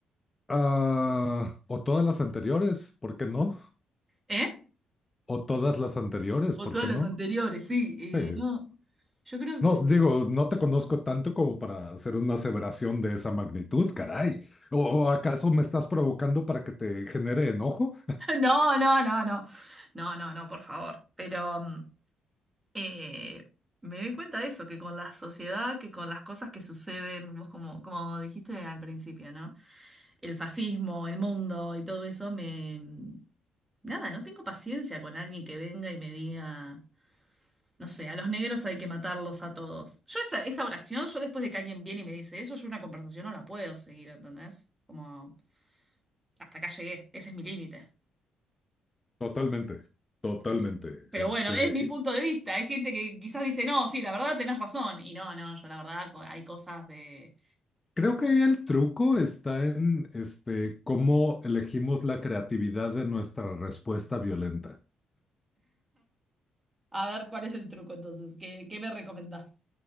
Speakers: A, on the left; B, on the right.
A: Ah, o todas las anteriores, ¿por qué no?
B: ¿Eh?
A: O todas las anteriores,
B: O
A: ¿por
B: todas
A: qué
B: las
A: no?
B: anteriores, sí. Eh,
A: Sí.
B: no, yo creo que...
A: No, digo, no te conozco tanto como para hacer una aseveración de esa magnitud, caray. ¿O, o acaso me estás provocando para que te genere enojo?
B: <laughs> No, no, no, no. No, no, no, por favor. Pero... mm, Eh, me doy cuenta de eso, que con la sociedad, que con las cosas que suceden, vos como, como dijiste al principio, ¿no? El fascismo, el mundo y todo eso, me... mm, Nada, no tengo paciencia con alguien que venga y me diga, no sé, a los negros hay que matarlos a todos. Yo esa, esa oración, yo después de que alguien viene y me dice eso, yo una conversación no la puedo seguir, ¿entendés? Como, hasta acá llegué, ese es mi límite.
A: Totalmente, totalmente.
B: Eh, Pero
A: Este,
B: bueno, es mi punto de vista. Hay gente que quizás dice, no, sí, la verdad tenés razón. Y no, no, yo la verdad co- hay cosas de...
A: Creo que ahí el truco está en este, cómo elegimos la creatividad de nuestra respuesta violenta.
B: A ver, ¿cuál es el truco entonces? ¿Qué, qué me recomendás?